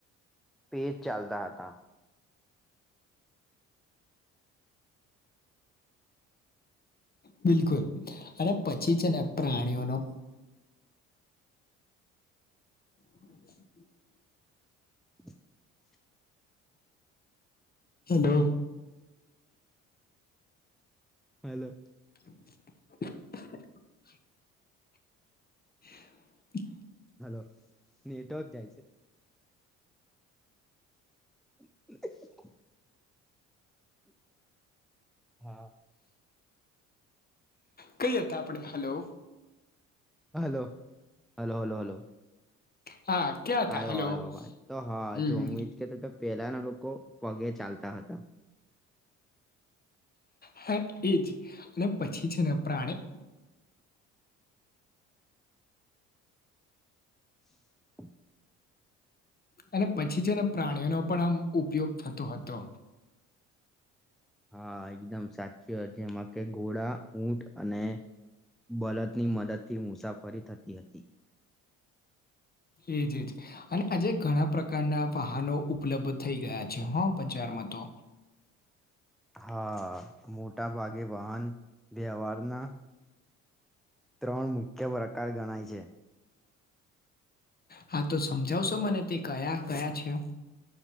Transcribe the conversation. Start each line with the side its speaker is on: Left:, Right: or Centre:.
Centre: પેજ ચાલતા હતા
Left: બિલકુલ અને પછી છે ને પ્રાણીઓનો <inaudible>
Centre: <inaudible>
Left: હલો
Centre: હલો.
Left: <inaudible> <inaudible>
Centre: હલો. નેટવર્ક જાય છે. <inaudible> હા.
Left: કંઈ હતા આપણે? Hello.
Centre: Hello, hello, hello, hello.
Left: હા. ક્યાં હતા
Centre: આયો
Left: હલો
Centre: આવ્યો અવાજ. તો હા
Left: હમ
Centre: જો
Left: હમ
Centre: હું ઈ જ કહેતો તો કે પહેલાના લોકો પગે ચાલતા હતા.
Left: હા એજ. અને પછી છે ને પ્રાણી
Centre: <inaudible>
Left: અને પછી છે ને પ્રાણીઓનો પણ આમ ઉપયોગ થતો હતો.
Centre: હા એકદમ સાચી <unintelligible> એમાં કે ઘોડા, ઊંટ અને બલદ ની મદદ થી મુસાફરી થતી હતી.
Left: એજ-એજ. અને આજે ઘણા પ્રક પ્રકારના વાહનો ઉપલબ્ધ થઈ ગયા છે હ બજારમાં તો.
Centre: હા. મોટા ભાગે વાહન વ્યવહારના ત્રણ મુખ્ય પ્રકાર ગણાય છે.
Left: હા તો સમજાવશો મને? તે કયા-કયા છે?